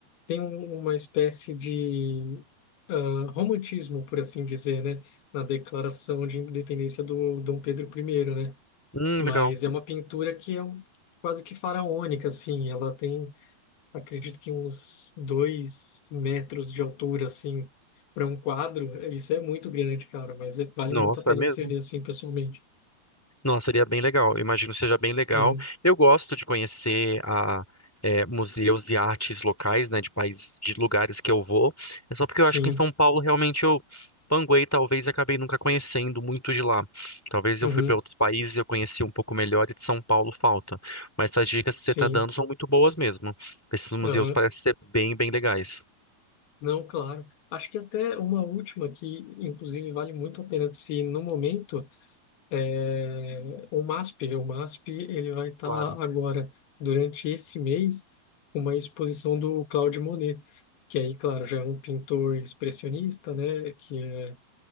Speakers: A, on the left (about 70°); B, in the centre.
A: tem um- uma espécie de ah, romantismo, por assim dizer, né, na declaração de independência do Dom Pedro I, né?
B: Hum,
A: Mas
B: legal.
A: é uma pintura que é um- quase que faraônica, assim. Ela tem acredito que uns dois metros de altura, assim, para um quadro, isso é muito grande, cara, mas é- vale
B: Nossa,
A: muito a pena
B: é mesmo?
A: de se ver assim pessoalmente.
B: Nossa, seria bem legal. Eu imagino que seja bem legal.
A: Uhum.
B: Eu gosto de conhecer a, é, museus e artes locais, né, de países, de lugares que eu vou. É só porque
A: Sim,
B: eu acho que em São Paulo realmente eu panguei, talvez acabei nunca conhecendo muito de lá. Talvez eu
A: uhum.
B: fui para outros países e eu conheci um pouco melhor e de São Paulo falta. Mas essas dicas que
A: Sim,
B: você está dando são muito boas mesmo. Esses museus
A: aham.
B: parecem ser bem, bem legais.
A: Não, claro. Acho que até uma última que, inclusive, vale muito a pena de se ir no momento, é o MASP. O MASP, ele vai estar
B: Claro.
A: agora, durante esse mês, uma exposição do Claude Monet, que aí, claro, já é um pintor expressionista, né, que é